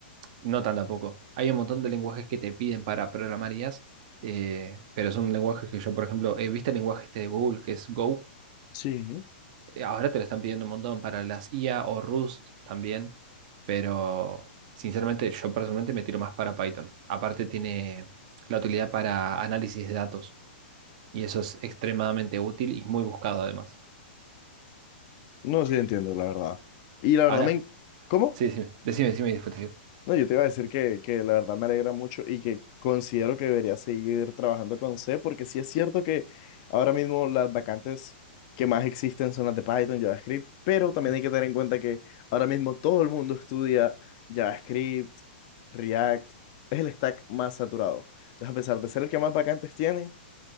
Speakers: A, on the right; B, on the left.
A: no tan de a poco. Hay un montón de lenguajes que te piden para programar IAs, eh, pero son lenguajes que yo, por ejemplo, he visto el lenguaje este de Google, que es Go.
B: Sí.
A: Eh, Ahora te lo están pidiendo un montón para las IA o Rust también, pero sinceramente yo personalmente me tiro más para Python. Aparte tiene la utilidad para análisis de datos y eso es extremadamente útil y muy buscado además.
B: No, sí entiendo, la verdad. Y la verdad,
A: Ahora,
B: me... en- ¿Cómo?
A: sí, decime, decime, decime y después te digo.
B: No, yo te iba a decir que, que la verdad me alegra mucho y que considero que debería seguir trabajando con C, porque sí es cierto que ahora mismo las vacantes que más existen son las de Python, JavaScript, pero también
A: Sí.
B: hay que tener en cuenta que ahora mismo todo el mundo estudia JavaScript, React, es el stack más saturado. Entonces, a pesar de ser el que más vacantes tiene,